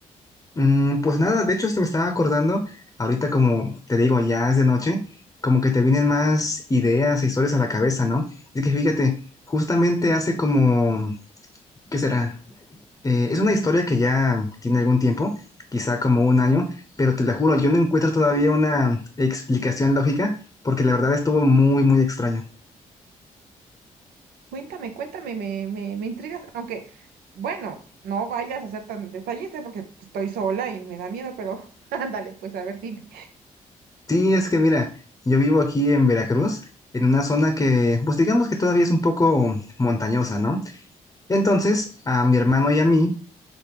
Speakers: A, on the left (about 20°); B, on the right (about 75°).
A: Mm, pues nada, de hecho, esto me estaba acordando, ahorita como te digo, ya es de noche, como que te vienen más ideas e historias a la cabeza, ¿no? Es que fíjate, justamente hace como, ¿qué será? Eh, es una historia que ya tiene algún tiempo, quizá como un año, pero te la juro, yo no encuentro todavía una explicación lógica, porque la verdad estuvo muy, muy extraño.
B: Cuéntame, cuéntame, me, me, me intrigas, aunque bueno, no vayas a ser tan detallista porque estoy sola y me da miedo, pero <laughs> ándale, pues a ver, dime.
A: Sí, es que mira, yo vivo aquí en Veracruz, en una zona que, pues digamos que todavía es un poco montañosa, ¿no? Entonces, a mi hermano y a mí